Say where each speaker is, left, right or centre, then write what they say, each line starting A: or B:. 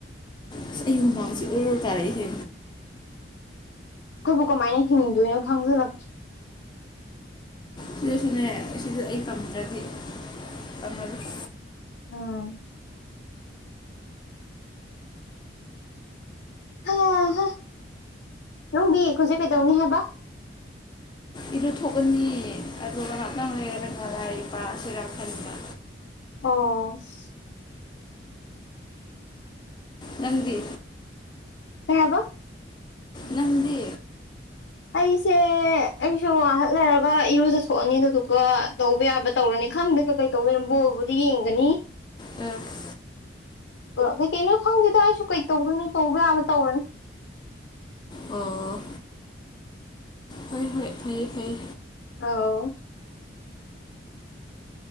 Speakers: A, on the left; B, on the left.
A: ꯑꯁ ꯑꯩꯗꯤ ꯍꯨꯝꯃꯥꯡꯁꯤ ꯑꯣꯔꯣꯔꯣ ꯇꯥꯔꯛꯏꯁꯦ
B: ꯑꯩꯈꯣꯏꯕꯨ ꯀꯃꯥꯏꯅ ꯍꯤꯡꯗꯣꯏꯅꯣ ꯈꯪꯖꯤꯜꯂꯛꯇ꯭ꯔꯦ
A: ꯁꯤꯗꯁꯨꯅꯦ ꯁꯤꯗ ꯑꯩ ꯇꯝꯗ꯭ꯔꯗꯤ ꯇꯝꯃꯔꯣꯏ
B: ꯎꯝ ꯍꯥ ꯍꯧꯖꯤꯛ ꯅꯪꯒꯤ ꯈꯨꯠꯁꯦ ꯀꯩꯗꯧꯅꯤ ꯍꯥꯏꯕ
A: ꯏꯗꯨ ꯊꯣꯛꯀꯅꯤ ꯑꯗꯨꯒ ꯉꯥꯏꯍꯥꯛꯇꯪ ꯂꯩꯔꯒ ꯂꯥꯏꯔꯤꯛ ꯄꯥꯁꯤꯔꯥ ꯈꯟꯕ
B: ꯑꯣꯁ
A: ꯅꯪꯗꯤ
B: ꯀꯩ ꯍꯥꯏꯕ
A: ꯅꯪꯗꯤ
B: ꯑꯩꯁꯦ ꯑꯩꯁꯨ ꯉꯍꯥꯛ ꯂꯩꯔꯒ ꯏꯔꯨꯖ ꯊꫭꯛꯑꯅꯤ ꯑꯗꯨꯗꯨꯒ ꯇꯧꯕ ꯌꯥꯕ ꯇꯧꯔꯅꯤ ꯈꯪꯗꯦ ꯀꯩ ꯀꯩ ꯇꯧꯗꫭꯏꯅꯣ ꯕꯣꯜꯕꯨꯗꯤ ꯌꯦꯡꯒꯅꯤ
A: ꯎꯝ
B: ꯀꯩ ꯀꯩꯅꯣ ꯈꯪꯗꯦꯗ ꯑꯩꯁꯨ ꯀꯩ ꯇꯧꯗꯣꯏꯅꯣ ꯇꯧꯕ ꯌꯥꯕ ꯇꯧꯔꯅꯤ
A: ꯑꯣ ꯍꯣꯏ ꯍꯣꯏ ꯐꯩꯌꯦ ꯐꯩꯌꯦ
B: ꯑꯥꯎ